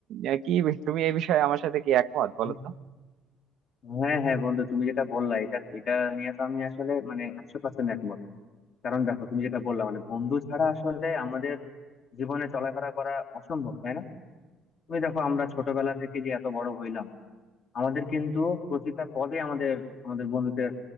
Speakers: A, on the right; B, on the left.
A: আহ, কি তুমি এই বিষয়ে আমার সাথে কি একমত বলো
B: হুম।
A: তো
B: হ্যাঁ হ্যাঁ বন্ধু তুমি যেটা বললা এটা এটা নিয়ে তো আমি আসলে মানে একশো পার্সেন্ট একমত কারণ দেখো তুমি যেটা বললা মানে বন্ধু ছাড়া আসলে আমাদের জীবনে চলাফেরা করা অসম্ভব তাই না তুমি দেখো আমরা ছোটবেলা থেকে যে এত বড় হইলাম আমাদের কিন্তু প্রতিটা পদে আমাদের আমাদের বন্ধুদের